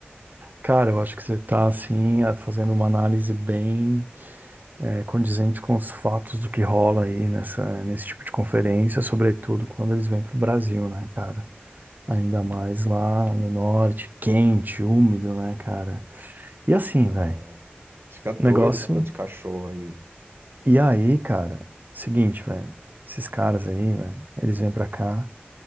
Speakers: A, on the right; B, on the right.
A: cara, eu acho que você tá, assim, ah, fazendo uma análise bem eh, condizente com os fatos do que rola aí nessa, nesse tipo de conferência, sobretudo quando eles vêm pro Brasil, né, cara? Ainda mais lá no norte, quente, úmido, né, cara? E assim,
B: É,
A: velho,
B: fica doido
A: negócio.
B: esse bando de cachorro aí.
A: E aí, cara, seguinte, velho, esses caras aí, velho, eles vêm pra cá.